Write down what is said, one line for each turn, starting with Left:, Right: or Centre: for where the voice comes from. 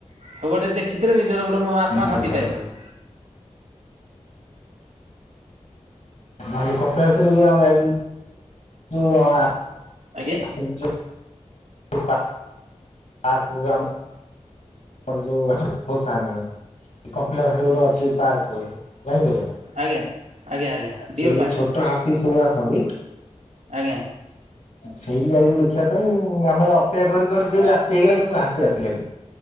Right: ସବୁଆଡେ ଟିକେ ଦେଖିଥିଲେ ନିଜର ଗୋଟେ ମ ଆତ୍ମା
Left: ଆଜ୍ଞା
Right: ଶାନ୍ତି ପାଇଥିବ।
Left: ମୁଁ ହେନ୍ତି କପିଳାସ ରେ ଯୋଉ ଆମେ ଯାଇଥିଲୁ ଯୋଉ ଆ
Right: ଆଜ୍ଞା।
Left: <unintelligible> <unintelligible> <unintelligible> ଆମର ଯୋଉ ଅଛି <unintelligible> ମାନେ କପିଳାସରେ ଗୋଟେ ଅଛି ପାର୍କ ଯାଇଥିଲେ ନା?
Right: ଆଜ୍ଞା ଆଜ୍ଞା ଆଜ୍ଞା ଡିଅର
Left: ସେଇଠି
Right: ପାର୍କ
Left: ଛୋଟ ହାତୀ ସବୁ ଆସନ୍ତି।
Right: ଆଜ୍ଞା
Left: ସେଇଠି ଯାଇଥିଲୁ ଦେଖିବା ପାଇଁ ଆମେ ଅପେକ୍ଷା କରି କରି କରି ରାତି ହେଇଗଲା, କିନ୍ତୁ ହାତୀ ଆସିଲେନି।